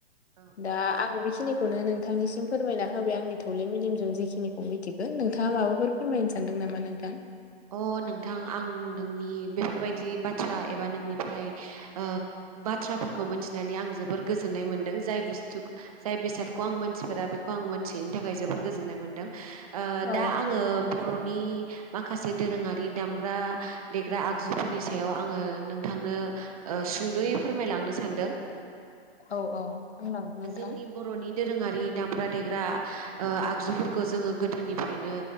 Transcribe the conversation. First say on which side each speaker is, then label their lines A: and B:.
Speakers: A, on the right; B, on the left.
A: औ
B: दा आं बेखिनिखौनो नोंथां नोंथांनिसिम फोरमायना होबाय आंनि थौलेम मेलेमजों जेखिनिखौ मिथिगोन नोंथाङा माबाफोर फोरमायनो सानदों नामा नोंथां?
A: अ नोंथां आं नोंनि बेफोरबायदि बाथ्रा एबा नोंनिफ्राय ओ बाथ्राफोरखौ मोनथिनानै आं जोबोर गोजोननाय मोनदों जाय बुस्थु जाय बेसादखौ आं मोनथिफोरा बेखौ खौ आं मोनथिैनो थाखाय जोबोर गोजोन्नाय मोनदों ओ
B: औ
A: दा आङो बर'नि माखासे माखासे दोरोङारि दामग्रा देग्रा आगजुफोरनि सायाव आङो नोंथांनो ओ सु सुंदयै फोरमायलांनो सानदों
B: औ औ बुंलां नोंथां
A: जोंनि बर'नि दोरोङारि दामग्रा देग्रा ओ आगजुफोरखौ जोङो गोदोनिफ्रायनो